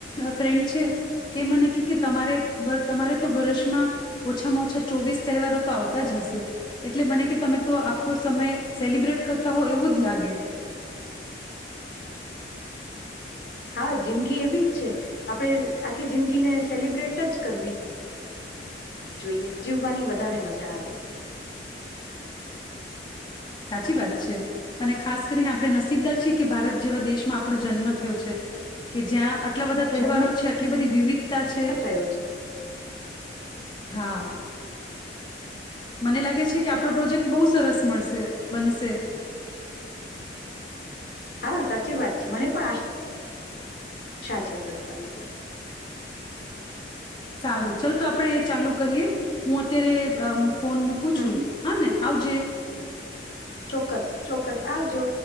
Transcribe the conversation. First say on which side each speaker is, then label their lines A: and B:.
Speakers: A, on the left; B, on the left.
A: ફ્રેન્ડ છે. એ મને કે કે તમારે તમારે તો વર્ષમાં ઓછામાં ઓછા ચોવીસ તહેવારો તો આવતા જ હશે. એટલે મને કે તમે તો આખો સમય સેલિબ્રેટ કરતા હોવ એવું જ લાગે
B: હા જિંદગી એવી જ છે આપણે આખી જિંદગીને સેલિબ્રેટ જ કરવી જોઈએ. જીવવાની વધારે મજા આવે
A: સાચી વાત છે અને ખાસ કરીને આપણે નસીબદાર છીએ કે ભારત જેવા દેશમાં આપણો જન્મ થયો છે કે જ્યાં આટલા બધા તહેવારો
B: જન્મ
A: છે આટલી બધી વિવિધ તા છે
B: થયો છે
A: હા મને લાગે છે કે આપણો પ્રોજેક્ટ બહુ સરસ મળશે બનશે
B: હા સાચી વાત છે મને પણ આશ સા છે ચોક્ક્સ બનશે
A: સારું ચલ તો આપણે એ ચાલુ કરીએ. હું અત્યારે અમ ફોન મુકું
B: હમ
A: છું. હહ ને આવજે
B: ચોક્કસ ચોક્કસ આવજો